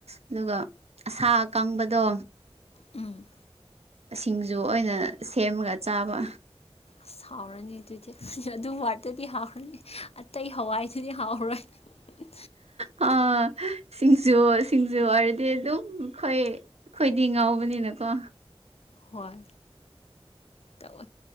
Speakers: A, on the right (about 85°); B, on the left (about 75°).
A: ꯑꯗꯨꯒ ꯑ ꯁꯥ ꯑꯀꯪꯕꯗꯣ
B: ꯎꯝ
A: ꯁꯤꯡꯖꯨ ꯑꯣꯏꯅ ꯁꯦꯝꯃꯒ ꯆꯥꯕ
B: ꯑꯁ ꯍꯥꯎꯔꯅꯤ ꯑꯗꯨꯗꯤ ꯑꯗꯨ ꯍꯋꯥꯏꯗꯨꯗꯤ ꯍꯥꯎꯔꯅꯤ ꯑꯇꯩ ꯍꯋꯥꯏꯗꯨꯗꯤ ꯍꯥꯎꯔꯔꯣꯏ ꯎꯝ
A: ꯎꯝ ꯁꯤꯡ ꯖꯨ ꯁꯤꯡꯖꯨ ꯍꯥꯏꯔꯗꯤ ꯑꯗꯨꯝ ꯑꯩꯈꯣꯏ ꯑꯩꯈꯣꯏꯗꯤ ꯉꯥꯎꯕꯅꯤꯅꯀꯣ
B: ꯍꯣꯏ ꯇꯧ